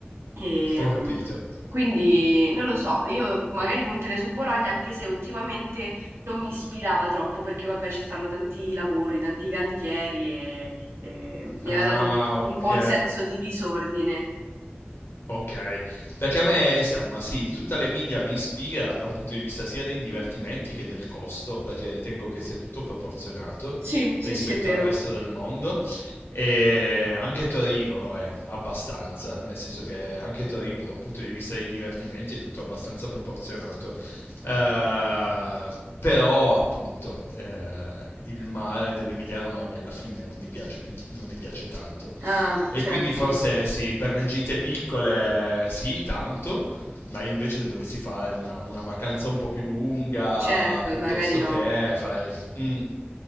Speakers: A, on the right; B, on the left.
A: E,
B: ho
A: mm,
B: capito.
A: quindi non lo so, io magari punterei su Bologna, anche se ultimamente non mi ispirava troppo, perché vabbè ci stanno tanti lavori, tanti cantieri e, e mi
B: Ah,
A: ha dato un
B: ok.
A: un po' un senso di disordine.
B: Ok, perché a me, insomma, sì, tutta l'Emilia mi ispira da un punto di vista sia dei divertimenti che del costo, perché ritengo che sia tutto proporzionato
A: Sì, sì,
B: rispetto
A: sì, è vero.
B: al resto del mondo. E anche Torino lo è abbastanza, nel senso che anche Torino, da un punto di vista dei divertimenti, è tutto abbastanza proporzionato. Eh, però, appunto, eh, il mare dell'Emilia Romagna alla fine non mi piace, pi- non mi piace tanto.
A: Ah,
B: E
A: certo,
B: quindi forse sì, per le gite piccole sì, tanto, ma invece se dovessi fare una, una vacanza un po' più lunga,
A: certo,
B: piuttosto
A: magari no,
B: che fai... mm,